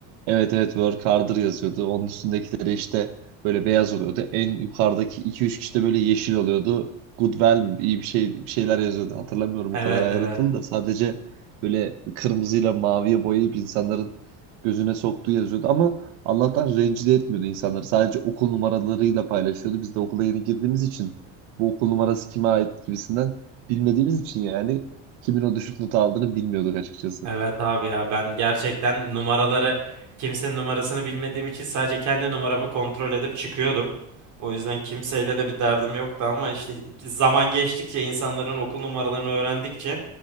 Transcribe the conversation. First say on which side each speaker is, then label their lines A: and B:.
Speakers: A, on the right (about 85°); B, on the right (about 50°).
A: Evet evet work harder yazıyordu. Onun üstündekileri işte böyle beyaz oluyordu. En yukarıdaki iki üç kişi de böyle yeşil oluyordu. Good well mi? iyi bir şey bir şeyler yazıyordu. Hatırlamıyorum
B: Evet
A: o kadar ayrıntılı
B: evet.
A: da sadece böyle kırmızıyla maviye boyayıp insanların gözüne soktuğu yazıyordu ama Allah'tan rencide etmiyordu insanları. Sadece okul numaralarıyla paylaşıyordu. Biz de okula yeni girdiğimiz için bu okul numarası kime ait gibisinden bilmediğimiz için yani kimin o düşük notu aldığını bilmiyorduk açıkçası.
B: Evet abi ya ben gerçekten numaraları kimsenin numarasını bilmediğim için sadece kendi numaramı kontrol edip çıkıyordum. O yüzden kimseyle de bir derdim yoktu ama işte zaman geçtikçe insanların okul numaralarını öğrendikçe